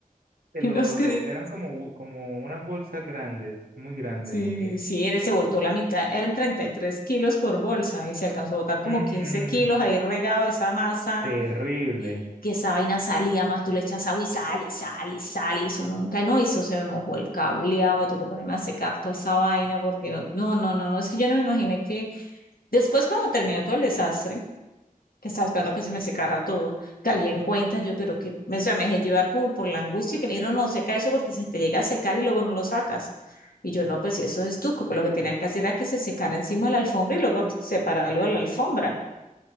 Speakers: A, on the left; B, on the right.
A: <laughs>
B: que
A: yo
B: lo,
A: no sé qué
B: lo,
A: dice.
B: eran como, bu- como unas bolsas grandes, muy grandes,
A: Sí,
B: ¿o qué?
A: sí, él se voltó la mitad, eran 33 kilos por bolsa y se alcanzó a botar como
B: Mm,
A: 15 kilos ahí regado de esa masa,
B: terrible.
A: que esa vaina salía más, tú le echas agua y sale y sale y sale, y eso nunca, no, eso se me mojó el cableado, me tocó ponerme a secar toda esa vaina porque no, no, no, no, no, es que yo no me imaginé que después cuando terminó todo el desastre, Estaba esperando que se me secara todo. Caí en cuenta yo, pero que me, o sea, me dejé llevar como por la angustia que me dijeron, no seca eso porque se te llega a secar y luego no lo sacas. Y yo, no, pues si eso es estuco, pues lo que tenía que hacer era que se secara encima de la alfombra y luego separarlo de la alfombra